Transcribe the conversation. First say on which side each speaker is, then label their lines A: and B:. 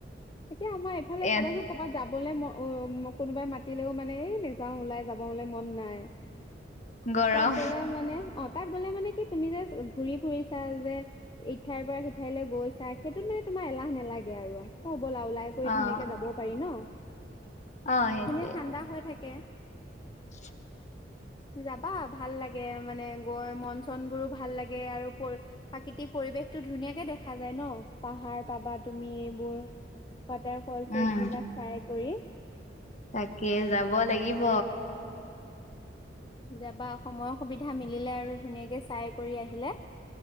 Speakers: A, on the left; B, on the left.
A: এতিয়া আমাৰ এইফালে
B: ইয়াত
A: চাবাচোন কৰ'ৰবাত যাব যাবলৈ ম উ কোনোবাই মাতিলেও মানে এই নাযাও ওলাই যাবলে মন নাই
B: গৰম
A: তাত গ'লে মানে অ তাত গ'লে মানে কি তুমি যে ঘূৰি ফুৰিছা যে ইঠাইৰ পৰা সিঠাইলৈ গৈছা সেইটোত মানে তোমাৰ এলাহ নেলাগে আৰু অ ব'লা ওলাই কৰি
B: অ'
A: ধুনীয়াকে যাব পাৰি ন
B: অ' সেইটোৱে।
A: ধুনীয়া ঠাণ্ডা হৈ থাকে কে
B: <unintelligible>
A: যাব পাবা ভাল লাগে মানে গৈ মন চন বোৰো ভাল লাগে আৰু প্ৰাকৃতিক পৰিৱেশতো ধুনীয়াকে দেখা যায় ন পাহাৰ পাবা তুমি এইবোৰ ৱাটাৰ ফলছ
B: উম,
A: এইবিলাক চাই কৰি
B: তাকে যাব লাগিব
A: যাবা সময়ৰ সুবিধা মিলিলে আৰু ধুনীয়াকে চাই কৰি আহিলে